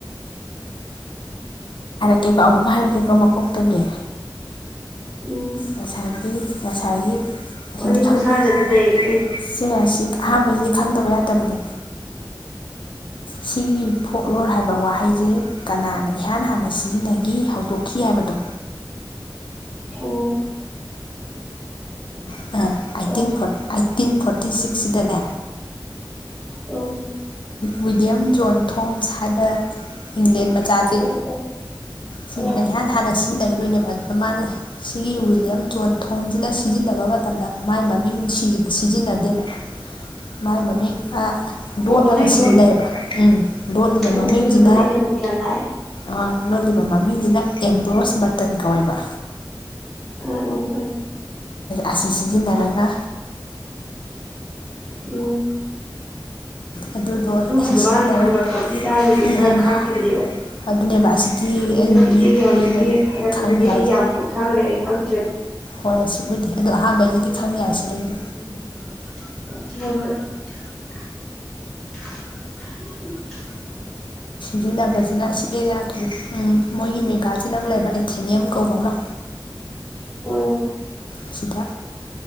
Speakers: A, on the left; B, in the centre.
A: ꯀꯦꯀꯣ ꯑꯃꯨꯛ ꯍꯥꯏꯔꯒꯦꯀꯣ ꯃꯀꯣꯛꯇꯒꯤ
B: ꯎꯝ
A: ꯉꯁꯥꯏꯒꯤ ꯉꯁꯥꯏꯒꯤ ꯑꯁꯤꯗꯤ
B: ꯋꯥꯔꯤ
A: ꯈꯪꯁꯦ
B: ꯈꯨꯁꯥꯟꯅꯁꯨ ꯅꯩꯔꯦ ꯀꯩꯅꯣ
A: ꯑꯁꯤ ꯑꯍꯥꯟꯕꯁꯤꯗꯤ ꯈꯪꯗꯕ ꯌꯥꯗꯕꯅꯤ ꯁꯤꯒꯤ ꯐꯣꯛꯂꯣ ꯍꯥꯏꯕ ꯋꯥꯍꯩꯁꯦ ꯀꯅꯥꯅ ꯏꯍꯥꯟ ꯍꯥꯟꯅ ꯁꯤꯖꯤꯟꯅꯈꯤ ꯍꯧꯗꯣꯛꯈꯤ ꯍꯥꯏꯕꯗꯣ
B: ꯑꯣꯝ
A: ꯐ ꯑꯩꯠꯇꯤꯟ
B: ꯎꯝ
A: ꯐꯣꯔꯇꯤ ꯁꯤꯛꯁꯁꯤꯗꯅꯦ
B: ꯑꯣ
A: ꯋꯤꯂꯤꯌꯝ ꯖꯣꯟ ꯊꯣꯝꯁ ꯍꯥꯏꯕ ꯏꯪꯂꯦꯟ ꯃꯆꯥꯁ
B: ꯑꯣ ꯑꯣ
A: ꯁꯤꯅ
B: ꯑꯣ
A: ꯏꯍꯥꯟ ꯍꯥꯟꯅ ꯁꯤꯖꯤꯟꯅꯩ ꯑꯗꯨꯣꯏꯅꯦꯕ ꯑꯗꯨꯗ ꯃꯥꯅ ꯁꯤꯒꯤ ꯋꯤꯂꯤꯌꯝ ꯖꯣꯟ ꯊꯣꯡꯁꯤꯅ ꯁꯤꯖꯤꯟꯅꯕ ꯃꯇꯝꯗ ꯃꯥꯏ ꯃꯃꯤꯡ ꯁꯤꯖꯤꯟꯅꯗꯦꯕ ꯃꯥꯏ ꯃꯃꯤꯡ ꯂꯣꯠꯂꯒ
B: ꯑꯣ ꯃꯃꯤꯡ
A: ꯁꯤꯖꯤꯟꯅꯩꯕ ꯎꯝ ꯂꯣꯠꯂꯤꯕ
B: ꯑꯣ
A: ꯃꯃꯤꯡꯁꯤꯅ
B: ꯑꯣ ꯑꯗꯨꯗꯨꯃꯗꯤ ꯑꯩ ꯈꯔ ꯈꯔ ꯒ꯭ꯌꯥꯟ ꯂꯥꯛꯑꯦ
A: ꯑ ꯂꯣꯠꯂꯤꯕ ꯃꯃꯤꯡꯁꯤꯅ ꯑꯦꯝꯕ꯭ꯔꯣꯁ ꯈꯤꯇꯪ ꯀꯧꯋꯦꯕ
B: ꯑꯣ ꯑꯣ
A: ꯑꯁꯤ ꯁꯤꯖꯤꯟꯅꯔꯒ
B: ꯎꯝ
A: ꯑꯗꯨꯗꯣ
B: ꯑꯗꯨꯒꯨꯝꯕ
A: ꯑꯁꯤ ꯁꯤꯖꯤꯟꯅꯔꯒ
B: ꯃꯥꯒꯤ ꯍꯧꯔꯛꯄꯒꯤ ꯏꯗꯥꯏꯗꯨꯗꯤ
A: ꯎꯝ
B: ꯈꯔ
A: ꯎꯝ
B: ꯈꯪꯈꯤꯕꯅꯦꯕ
A: ꯑꯗꯨꯅꯦꯕ ꯑꯁꯤꯗꯤ
B: ꯑꯗꯨꯅ
A: ꯑꯩꯅ ꯃꯤ
B: ꯏꯆꯦꯒꯤ ꯍꯧꯖꯤꯛꯀꯤ
A: ꯃꯤ ꯂꯣꯏ
B: ꯍꯥꯏꯔꯛꯄꯗꯨꯗꯤ
A: ꯈꯪꯉꯦ ꯍꯥꯏꯁꯦ
B: ꯑꯩ ꯌꯥꯝ ꯀꯨꯞꯊꯈ꯭ꯔꯦ ꯑꯩ ꯈꯪꯗ꯭ꯔꯦꯕ
A: ꯍꯣꯏ ꯑꯁꯤꯕꯨꯗꯤ
B: ꯍ
A: ꯑꯗꯣ ꯑꯍꯥꯟꯕꯩꯁꯤꯗꯤ ꯈꯪ ꯌꯥꯏ ꯁꯤꯅꯦ ꯑꯩꯗꯤ
B: <unintelligible>
A: ꯁꯤ ꯅꯕꯁꯤꯅ ꯑꯁꯤ ꯎꯝ ꯃꯣꯏꯒꯤ ꯃꯦꯒꯥꯁꯤꯅꯝ ꯂꯩꯕ ꯑꯦꯊꯦꯅꯤꯌꯝ ꯀꯧꯕ ꯑꯃ
B: ꯑꯣ
A: ꯑꯁꯤꯗ